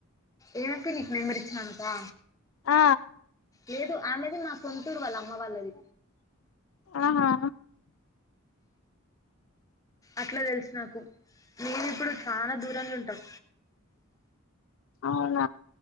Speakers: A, on the left; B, on the left.
A: ఈమెకి నీకు నంబర్ ఇచ్చిన ఆమెకా
B: ఆ
A: లేదు ఆమెది మా సొంతూరు వాళ్ళ అమ్మ వాళ్ళది
B: ఆహా
A: అట్లా తెలుసు నాకు మేమి ఇప్పుడు చనా దూరంలో ఉంటాం
B: అవున